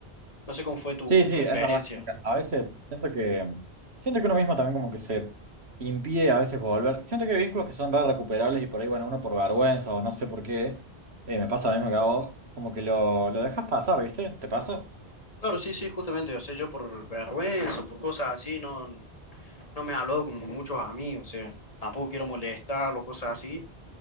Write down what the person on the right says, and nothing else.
Sí, sí,
es verdad. como que A veces siento que siento que uno mismo también como que se impide a veces volver. Siento que hay vínculos que son re recuperables y por ahí, bueno, uno por vergüenza o no sé por qué, eh, me pasa lo mismo que a vos, como que lo, lo dejas pasar, ¿viste? ¿Te pasa?